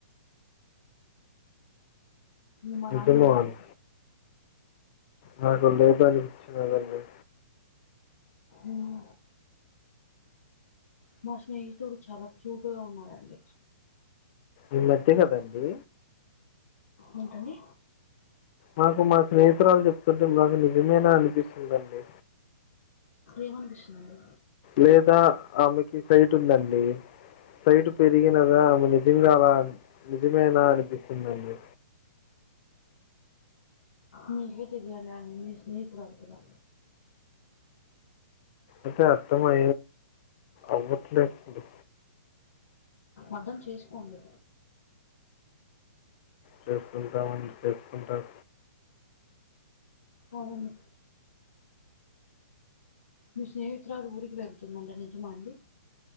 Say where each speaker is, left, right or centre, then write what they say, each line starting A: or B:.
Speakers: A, on the left; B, on the left.
A: ఏం అలానే
B: నిజమో
A: ఉన్నామండి
B: అని నాకు లేదు అనిపిచ్చినదీ
A: ఉమ్ మా స్నేహితుడు చాలా క్యూట్ గా ఉన్నారండి
B: ఈ మధ్యకదండి
A: ఏంటండీ
B: మాకు మా స్నేహితురాలు చెప్తుంటే మాకు నిజమేనా అనిపిస్తుందండి
A: ఏమనిపిస్తుందండి
B: లేదా ఆమెకి సైట్ ఉందండి సైటు పెరిగినదా ఆమె నిజంగా అలా నిజమేనా అనిపిస్తుందండి
A: మీకే తెలియాలండి మీ స్నేహితురాలు కదా
B: అదే అర్ధమై అవట్లేదాండి
A: అర్ధం చేసుకోండి
B: చేసుకుంటామండి చేసుకుంటాం
A: అవును మీ స్నేహితురాలు ఊరికి వెళ్తుందండి నిజమా అండి